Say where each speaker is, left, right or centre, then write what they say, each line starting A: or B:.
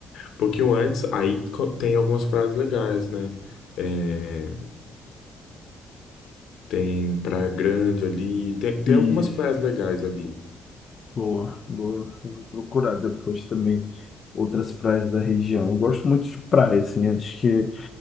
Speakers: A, on the left (about 75°); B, on the left (about 45°).
A: Um pouquinho antes, aí co- tem algumas praias legais, né? É, tem Praia Grande ali, tem, tem
B: Isso.
A: algumas praias legais ali.
B: Boa, boa. Eu Vou procurar depois também outras praias da região. Eu gosto muito de praia, assim. Acho que